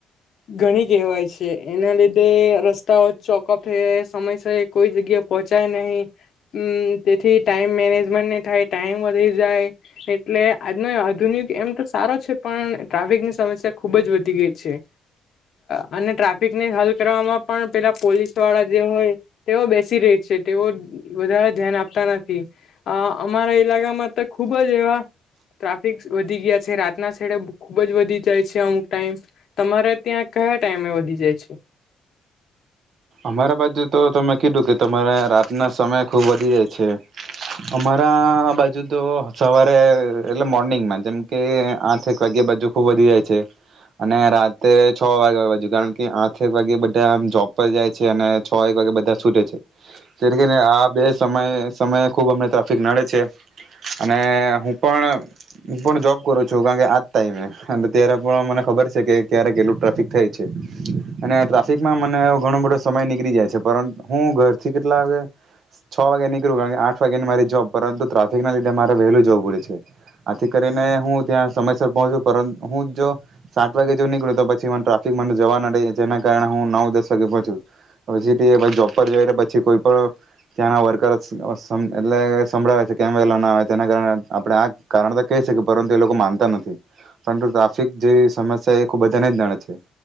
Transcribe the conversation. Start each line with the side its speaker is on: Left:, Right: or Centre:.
Left: ઘણી કહેવાય છે, એના લીધે રસ્તાઓ ચોકઅપ થઈ સમયસર કોઈ જગ્યા પહોંચાય નહીં, તેથી ટાઈમ મેનેજમેન્ટ નહીં થાય ટાઈમ વધી. એટલે આજનો આધુનિક એમ તો સારો છે, પણ ટ્રાફિકની સમસ્યા ખુબ જ વધી ગઈ છે, અને ટ્રાફિકને હલ કરવામાં પણ પેલા પોલીસ વાળા જે હોય તેઓ બેસી રહી છે, તેઓ વધારે ધ્યાન આપતા નથી, અ અમારા ઈલાકામાં તો. ખુબ જ એવા ટ્રાફિક વધી ગયા છે, રાતના શેડે ખુબ જ વધી જાય છે, અમુક ટાઈમ તમારે ત્યાં કયા ટાઈમે વધી જાય છે?
Right: અમારા બાજુ તો તમે કીધું કે તમારે રાતના સમય ખુબ વધી જાય છે, અમારા બાજુ તો સવારે એટલે મોર્નિંગમાં જેમ કે આઠેક વાગ્યા બાજુ ખુબ વધી જાય છે અને રાતે છ વાગ્યા બાજુ, કારણ કે આઠેક વાગ્યા બધા આમ જોપ. જાય છે અને છ એક વાગે બધા છૂટે છે, જે કરીને આ બે સમયે સમયે ખૂબ અમને ટ્રાફિક નડે છે, અને હું પણ હું પણ જોબ કરું છું, કારણ કે આજ ટાઈમે અને ત્યારે પણ મને ખબર છે કે ક્યારેક કેટલું ટ્રાફિક થાય છે અને ટ્રાફિકમાં મને. ઘણો બધો સમય નીકળી જાય છે, પર હું ઘરથી કેટલા વાગે છ વાગે નીકળું, કારણ કે આઠ વાગ્યા ની મારી જોબ, પરંતુ ટ્રાફિક ના લીધે મારે વહેલું જવું પડે છે, આથી કરીને હું ત્યાં સમયસર પહોંચું, હું જો સાત વાગે. મોડું નીકળ્યું તો પછી મને ટ્રાફિકમાં મને. જવાના દે, જેના કારણે હું નવ દસ. વાગે પોચું, હવે જે ભી જોબ પર જઈ પછી કોઈ પણ ત્યાંના વર્કર એટલે સંભળાવે છે, કેમ વલા ના આવે? તેના કારણે આપણે આ કારણ તો કહી શકીએ પરંતુ એ લોકો માનતા નથી, પરંતુ ટ્રાફિક જે સમસ્યા એ ખુબ બધાને જ ગણે છે.